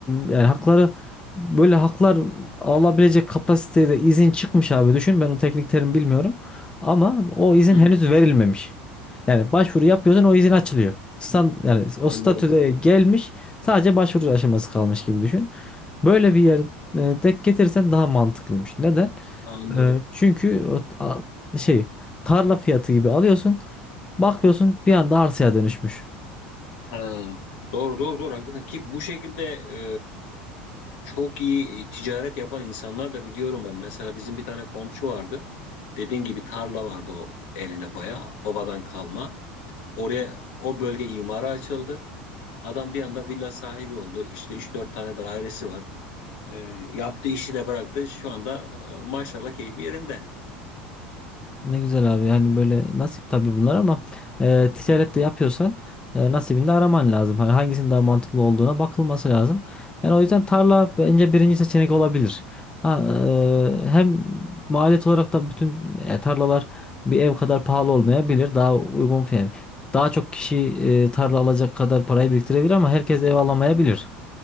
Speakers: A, on the left (about 15°); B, on the left (about 70°).
A: yani hakları böyle haklar alabilecek kapasitede izin çıkmış abi düşün ben o teknik terim bilmiyorum ama o izin
B: Hı
A: henüz
B: hı.
A: verilmemiş. Yani başvuru yapıyorsun o izin açılıyor. Stand, yani o
B: Anladım.
A: statüde gelmiş sadece başvuru aşaması kalmış gibi düşün. Böyle bir yer e, denk getirsen daha mantıklıymış. Neden?
B: Anladım.
A: E, çünkü o, a- şey tarla fiyatı gibi alıyorsun bakıyorsun bir anda arsaya dönüşmüş.
B: Ha. Doğru doğru doğru haklısın ki bu şekilde e, Çok iyi e, ticaret yapan insanlar da biliyorum ben. Mesela bizim bir tane komşu vardı. Dediğin gibi tarla vardı o eline baya babadan kalma. Oraya o bölge imara açıldı. Adam bir anda villa sahibi oldu. İşte üç dört tane dairesi var. E, yaptığı işi de bıraktı. Şu anda e, maşallah keyfi yerinde.
A: Ne güzel abi yani böyle nasip tabii bunlar ama e, ticaret de yapıyorsan e, nasibini de araman lazım. Hani hangisinin daha mantıklı olduğuna bakılması lazım. Yani o yüzden tarla bence birinci seçenek olabilir. Ha, e, hem maliyet olarak da bütün e, tarlalar bir ev kadar pahalı olmayabilir. Daha uygun fiyat- yani daha çok kişi e, tarla alacak kadar parayı biriktirebilir ama herkes ev alamayabilir.